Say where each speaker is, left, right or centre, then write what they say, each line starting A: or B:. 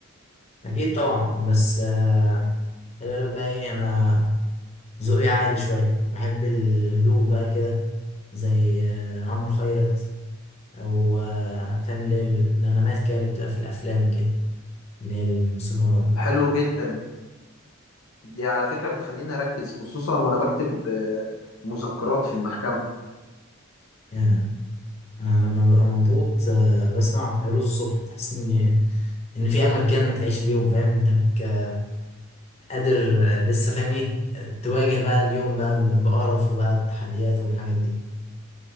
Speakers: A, on the left; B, on the left.
A: اكيد طبعا بس آه، خلي بالك بقى ايه انا ذوقي عالي شوية بحب الهدوء بقى كده زي آه، عمرو خيرت او آه، فاهم اللي هي النغمات كده اللي بتبقى في الافلام كده اللي هي الموسيقى
B: حلو جدا دي على فكرة بتخليني أركز خصوصا وأنا بكتب آه، مذكرات في المحكمة
A: آه. أنا لما ببقى مضغوط آه، بسمع فيروز الصبح تحس إن إن في أمل كده إنك تعيش اليوم فاهم إنك آه، قادر آه، لسه فاهم إيه تواجه بقى اليوم بقى ب- بقرف وبقى بتحديات والحاجات دي